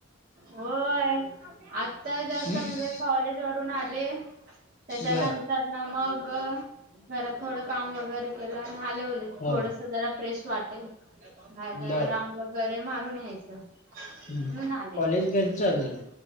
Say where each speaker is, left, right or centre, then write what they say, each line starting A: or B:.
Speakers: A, on the right; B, on the left.
A: होय आता जस्ट
B: हम्म
A: म्हणजे कॉलेज वरून आले. त्याच्यानं
B: बर
A: तर ना मग घरात थोडं काम वगैरे केलं आणि आले उले
B: हा
A: थोडस जरा फ्रेश वाटेल बा
B: बर
A: राऊंड वगैरे मारून यायचं. म्हणून
B: हम्म
A: आले.
B: कॉलेज कसं चालू झाल